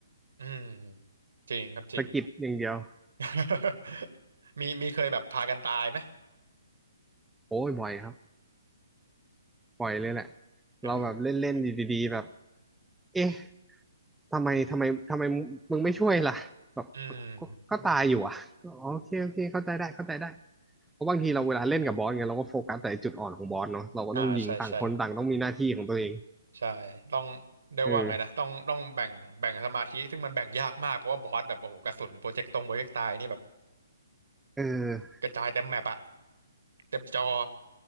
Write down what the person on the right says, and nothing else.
อืมจริงครับจริง
<laughs> มีมีเคยแบบพากันตายไหม <laughs>
เออ
อืม
อ่าใช่ใช่ใช่ต้องเรียกว่าไงนะต้องต้องแบ่งแบ่งสมาธิซึ่งมันแบ่งยากมากเพราะว่าบอสแบบโอ้โหกระสุนโปรเจกต์ตรงโปรเจกต์ตายนี่แบบ
กระจายเต็มแมปอะเต็มจอ